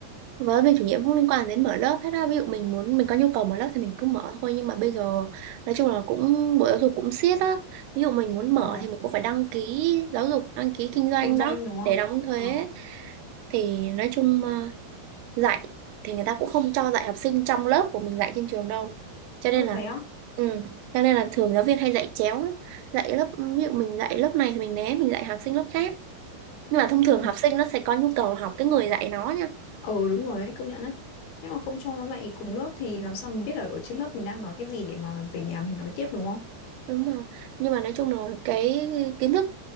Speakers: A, on the right; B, on the left.
A: với mình chủ nhiệm không liên quan đến mở lớp hết á ví dụ mình muốn mình có nhu cầu mở lớp thì mình cứ mở thôi nhưng mà bây giờ nói chung là cũng bộ giáo dục cũng siết á ví dụ mình muốn mở
B: ờ,
A: thì mình cũng phải đăng ký giáo dục đăng ký kinh doanh
B: kinh doanh
A: đó
B: đúng không
A: để đóng thuế
B: ờ
A: thì nói chung ờ, dạy thì người ta cũng không cho dạy học sinh trong lớp của mình dạy trên trường đâu cho nên
B: ừ,
A: là
B: thấy
A: ừ, cho nên là thường giáo viên hay dạy chéo lắm dạy lớp ví dụ mình dạy lớp này thì mình né mình dạy học sinh lớp khác nhưng mà thông thường
B: á
A: học sinh nó sẽ có nhu cầu học cái người dạy nó nha
B: Ừ đúng rồi đấy, công nhận á. thế mà không cho nó dạy cùng lớp thì làm sao mình biết là ở trên lớp mình đang nói cái gì để mà về nhà mình nói tiếp đúng không?
A: đúng rồi nhưng mà nói chung là cái kiến thức